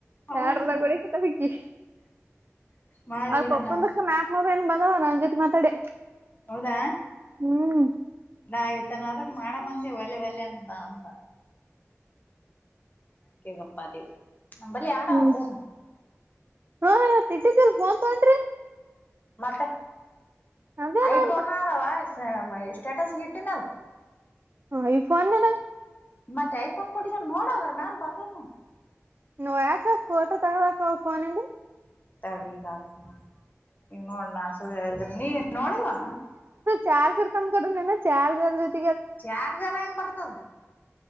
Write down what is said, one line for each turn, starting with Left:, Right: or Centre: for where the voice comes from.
Left: ಹೌದು
Right: ಯಾರದಾಗ ಹೊಡಕತಕ್ಕಿ
Left: ಮಾಡ್ಬಿಡ
Right: ಅವ್ರ ಪಪ್ಪಂದ್ರೋ
Left: ನಾವ್
Right: ಏನ್ ಬಂದಾವ ನ ಜತೆ ಮಾತಾಡೆ
Left: ಹೌದಾ
Right: ಹ್ಮ್
Left: ನಾಾಯ್ತನ ಅದಕ್ ಮಾಡ ಮಂದಿ ಒಲೆ ಒಲೆ ಅಂದ ಅಂದ ಆಯ್ಕೆ ಗಪ್ಪ ದೀವು ನಂಬಲ್ಲಿ ಆಡಾವ
Right: ಹ್ಮ್
Left: ಪನು
Right: ಹಾ ಇವತ್ ಇಟ್ಟ ದೇಲ್ ಫೋನ್ ತಗೊಂಡ್ರಿ
Left: ಮತ್ತೆ
Right: ಅದೇ
Left: ಐ
Right: ನಾನ್
Left: ಫೋನ ಅದ ಅವಾ ಮ ಸ್ಟೇಟಸ್ ಗಿಟ್ಟಿನ
Right: ಹ ಐ ಫನ್ನ
Left: ಮತ್ತೆ ಐಫೋನ್ ಕೊಟ್ಟ ನೋಡೋದ್ರ ಮ್ಯಾಲ ಬರ್ದನ
Right: ನೋ ಯಾಕ ಫೋಟೋ ತಗಲಕ ಫೋನಿಂದ
Left: ತಡಿಗಕತ ಈಗ ನೋಡಣ ಸು ನೀ ನೋಡಿಲ್ವಾನ
Right: ಚಾರ್ ತರ್ಕಂದ್ ಕೊಡ್ರ ಚಾರ್ ಜೊ
Left: ಚಾರ್ಜರ್ ಹೆಂಗ್ ಬರ್ತದ